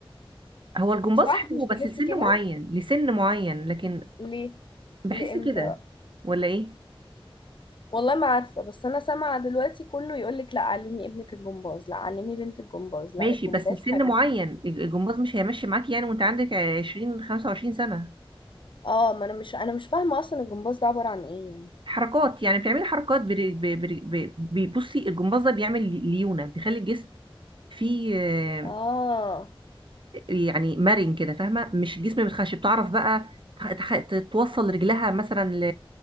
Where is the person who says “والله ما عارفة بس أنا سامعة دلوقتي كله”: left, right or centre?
Left